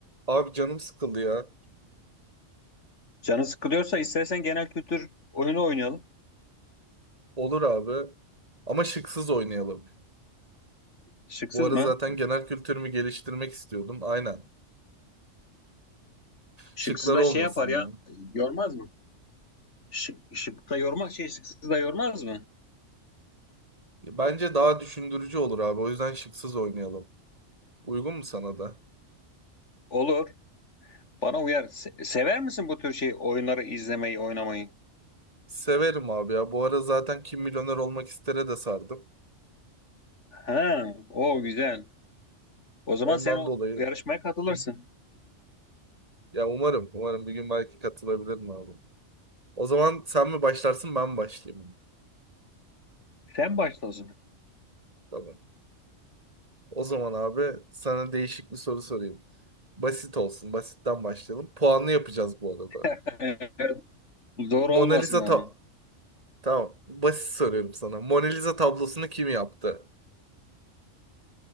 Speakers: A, on the right (about 30°); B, on the left (about 65°).
A: Abi canım sıkıldı ya.
B: Canı sıkılıyorsa istersen genel kültür oyunu oynayalım.
A: Olur abi. Ama şıksız oynayalım.
B: Şıksız
A: Bu ara
B: mı?
A: zaten genel kültürümü geliştirmek istiyordum. Aynen.
B: Şıksız
A: Şıklar
B: da
A: olmasın
B: şey yapar ya.
A: yani.
B: Yormaz mı? Şık, şık da yormaz şey şıksız da yormaz mı?
A: Bence daha düşündürücü olur abi. O yüzden şıksız oynayalım. Uygun mu sana da?
B: Olur. Bana uyar. Se- sever misin bu tür şey oyunları izlemeyi, oynamayı?
A: Severim abi ya. Bu ara zaten Kim Milyoner Olmak İster'e de sardım.
B: Ha, o güzel. O zaman
A: Ondan
B: sen o
A: dolayı
B: yarışmaya katılırsın.
A: Hı. ya umarım, umarım bir gün belki katılabilirim abi. O zaman sen mi başlarsın ben mi başlayayım?
B: Sen başla o zaman.
A: Tamam. O zaman abi sana değişik bir soru sorayım. Basit olsun. Basitten başlayalım. Puanlı yapacağız bu arada.
B: <laughs> Eğer Zor olmasın
A: Mona Lisa
B: ama.
A: ta Tamam. Basit soruyorum sana. Mona Lisa tablosunu kim yaptı?